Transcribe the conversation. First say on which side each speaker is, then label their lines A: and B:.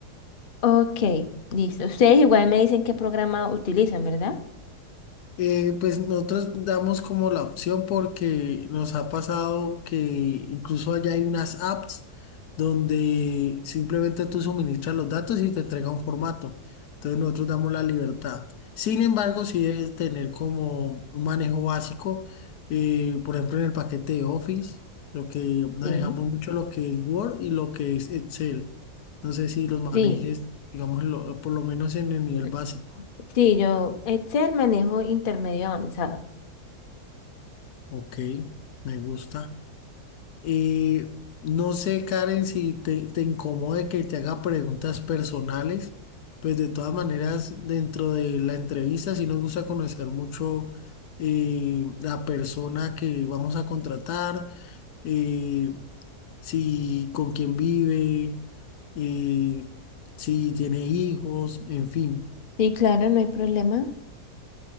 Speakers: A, on the left; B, on the left.
A: Ok, listo. Ustedes igual me dicen qué programa utilizan, ¿verdad?
B: Eh, pues nosotros damos como la opción porque nos ha pasado que incluso allá hay unas apps donde simplemente tú suministras los datos y te entrega un formato. Entonces nosotros damos la libertad. Sin embargo, sí debes tener como un manejo básico, eh, por ejemplo en el paquete de Office, lo que manejamos
A: Sí,
B: mucho lo que es Word y lo que es Excel. No sé si los manejes,
A: sí.
B: digamos, en lo- por lo menos en el nivel
A: Mm,
B: básico.
A: Sí, yo Excel manejo intermedio avanzado.
B: Ok, me gusta. Eh, no sé, Karen, si te, te incomode que te haga preguntas personales, pues de todas maneras, dentro de la entrevista, sí nos gusta conocer mucho eh, la persona que vamos a contratar, eh, si con quién vive, eh, si tiene hijos, en fin,
A: Sí, claro, no hay problema.